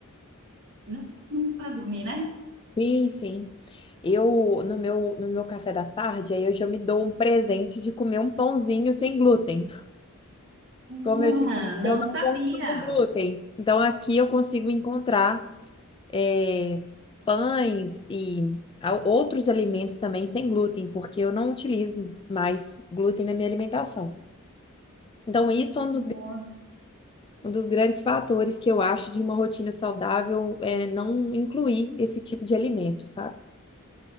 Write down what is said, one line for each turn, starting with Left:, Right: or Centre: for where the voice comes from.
Right: não muito para dormir, né?
Left: Sim, sim. Eu, no meu, no meu café da tarde, aí eu já me dou um presente de comer um pãozinho sem glúten.
Right: Ah,
Left: Como eu te disse,
Right: não
Left: eu não
Right: sabia.
Left: consumo glúten. Então, aqui eu consigo encontrar eh, pães e a- outros alimentos também sem glúten, porque eu não utilizo mais glúten na minha alimentação. Então, isso é um
Right: Nossa.
Left: dos, gr- um dos grandes fatores que eu acho de uma rotina saudável é não incluir esse tipo de alimento, sabe?